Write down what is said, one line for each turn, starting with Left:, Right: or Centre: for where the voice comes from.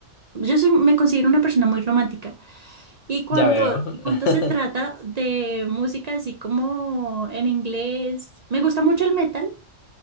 Right: yo soy, me considero una persona muy romántica. Y cuanto,
Left: ya veo.
Right: y cuanto
Left: <laughs>
Right: se trata de música así como en inglés, me gusta mucho el metal